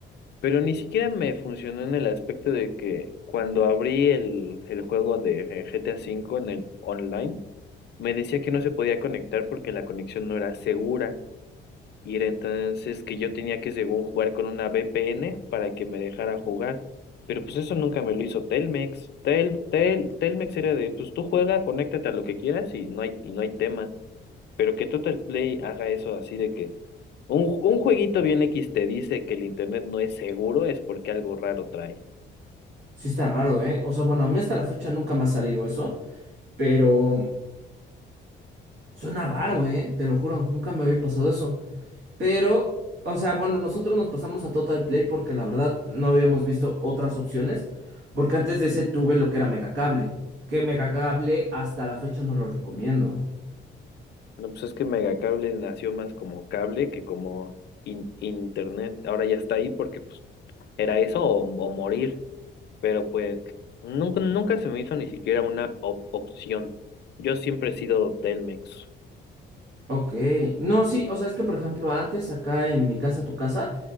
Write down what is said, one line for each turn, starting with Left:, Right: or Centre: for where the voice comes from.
Left: pero ni siquiera me funcionó en el aspecto de que cuando abrí el, el juego de eh, GTA V en el online, me decía que no se podía conectar porque la conexión no era segura. Y era entonces que yo tenía que, según, jugar con una VPN para que me dejara jugar. Pero pues eso nunca me lo hizo Telmex. Tel, Tel, Telmex era de, pues tú juega, conéctate a lo que quieras y no hay, y no hay tema. Pero que Total Play haga eso así de que un, un jueguito bien X te dice que el internet no es seguro, es porque algo raro trae.
Right: Sí está raro, ¿eh? O sea, bueno, a mí hasta la fecha nunca me ha salido eso, pero suena raro, ¿eh? Te lo juro, nunca me había pasado eso. Pero, o sea, bueno, nosotros nos pasamos a Total Play porque la verdad no habíamos visto otras opciones, porque antes de ese tuve lo que era Megacable, que Megacable hasta la fecha no lo recomiendo.
Left: No, pues es que Megacable nació más como cable que como in- internet. Ahora ya está ahí porque pues era eso o o morir. pero pues nunca, nunca se me hizo ni siquiera una op- opción. Yo siempre he sido Telmex,
Right: Ok, no, sí, o sea, es que por ejemplo antes acá en mi casa, tu casa,